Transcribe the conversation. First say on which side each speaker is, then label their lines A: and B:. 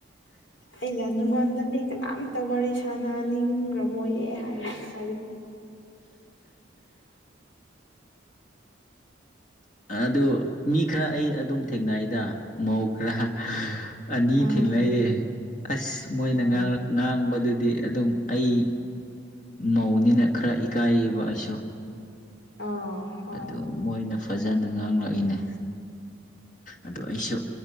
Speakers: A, on the left; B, on the left.
A: ꯑꯩꯩꯅ ꯅꯨꯡꯉꯣꯟꯗ ꯃꯤ ꯀꯅꯥꯝꯇ ꯋꯥꯔꯤ ꯁꯥꯟꯅꯅꯤꯡꯒ꯭ꯔꯃꯣꯏ ꯑꯦ ꯍꯥꯏ ꯍꯥꯏꯕꯤꯅ <inaudible>
B: ꯑꯗꯨ ꯃꯤ ꯈꯔ ꯑꯩ ꯑꯗꯨꯝ ꯊꯦꯡꯅꯩꯗ ꯃꯧ ꯈꯔ ꯑꯅꯤ
A: ꯎꯝ
B: ꯊꯦꯡꯅꯛꯌꯦ ꯑꯁ ꯃꯣꯏꯅ
A: ꯍꯣꯏ
B: ꯉꯔꯥꯡ ꯉꯥꯡꯕꯗꯨꯗꯤ ꯑꯗꯨꯝ ꯑꯩ ꯃꯧꯅꯤꯅ ꯈꯔ ꯏꯀꯥꯏꯌꯦꯕ ꯑꯩꯁꯨ
A: ꯑꯥ ꯍꯣꯏ
B: ꯑꯗꯨ ꯃꯣꯏꯅ ꯐꯖꯅ ꯉꯥꯡꯂꯛꯏꯅꯦ ꯑꯗꯨ ꯑꯩꯁꯨ